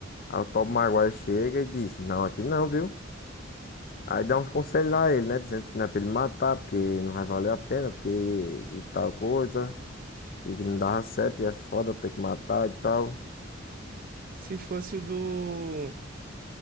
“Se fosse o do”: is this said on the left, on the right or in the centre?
Right